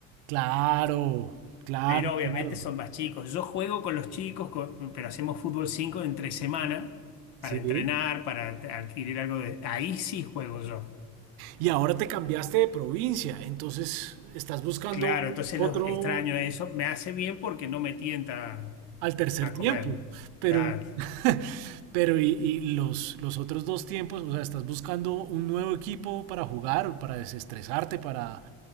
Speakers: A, on the right (about 70°); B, on the left (about 65°).
A: Claro, claro,
B: pero obviamente
A: claro.
B: son más chicos. Yo juego con los chicos, con- pero hacemos fútbol 5 entre semana
A: Sí.
B: para entrenar, para adquirir algo de... Ahí sí juego yo.
A: Y ahora te cambiaste de provincia, entonces estás buscando
B: Claro, entonces
A: otro,
B: lo extraño eso. Me hace bien porque no me tienta
A: al tercer
B: a
A: tiempo,
B: comer.
A: pero,
B: Claro.
A: <laughs> pero y, y los, los otros dos tiempos, o sea, estás buscando un nuevo equipo para jugar, para desestresarte, para